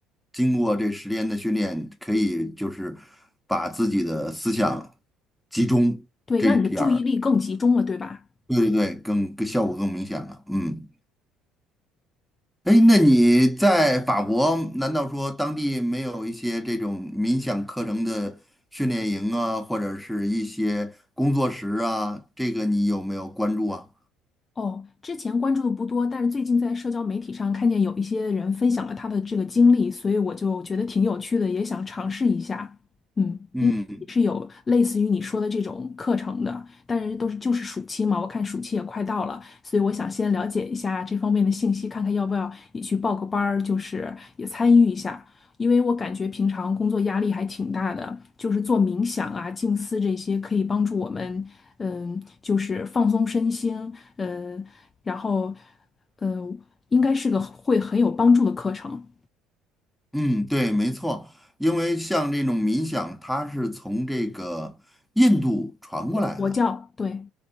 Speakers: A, in the centre; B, on the left.
A: 经过这十天的训练，可以就是把自己的思想集中这一点儿。
B: 对，让你的注意力更集中了，对吧？
A: 对对对，更更效果更明显了。嗯，哎，那你在法国，难道说当地没有一些这种冥想课程的训练营啊，或者是一些工作室啊？这个你有没有关注啊？
B: 哦，之前关注的不多，但是最近在社交媒体上看见有一些人分享了他的这个经历，所以我就觉得挺有趣的，也想尝试一下。嗯。
A: 嗯
B: 是有类似于你说的这种课程的，但是都是就是暑期嘛，我看暑期也快到了，所以我想先了解一下这方面的信息，看看要不要也去报个班儿，就是也参与一下，因为我感觉平常工作压力还挺大的，就是做冥想啊、静思这些可以帮助我们，嗯，就是放松身心，嗯，然后，嗯，应该是个会很有帮助的课程。
A: 嗯，对，没错，因为像这种冥想，它是从这个印度传过来的，
B: 佛教，对